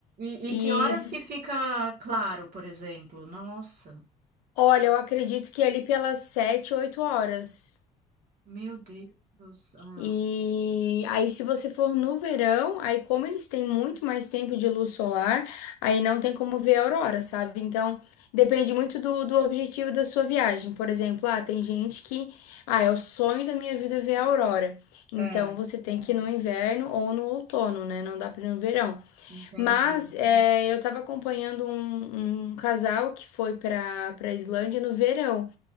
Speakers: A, on the right (about 45°); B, on the left (about 65°).
A: E,
B: E,
A: e que horas que fica claro, por exemplo? Nossa,
B: Olha, eu acredito que é ali pelas sete, oito horas.
A: meu Deus. Ah,
B: E aí, se você for no verão, aí como eles têm muito mais tempo de luz solar, aí não tem como ver a aurora, sabe? Então, depende muito do, do objetivo da sua viagem. Por exemplo, ah, tem gente que, ah, é o sonho da minha vida ver a aurora. Então,
A: é,
B: você tem que ir no inverno ou no outono, né? Não dá para ir no verão.
A: entendi.
B: Mas é, eu estava acompanhando um, um casal que foi para para Islândia no verão.